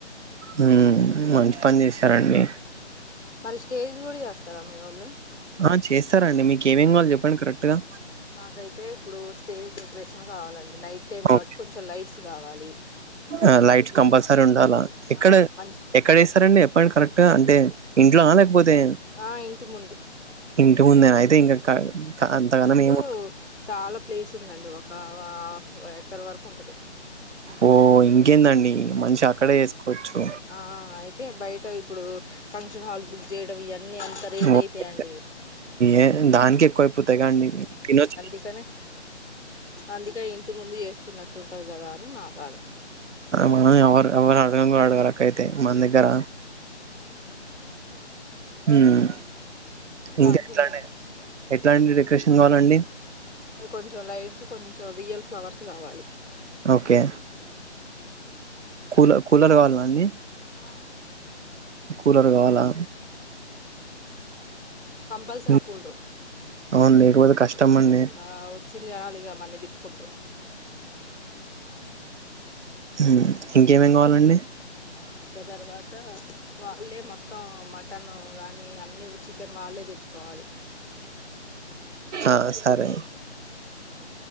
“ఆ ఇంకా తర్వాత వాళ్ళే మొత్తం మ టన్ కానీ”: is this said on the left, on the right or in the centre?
Left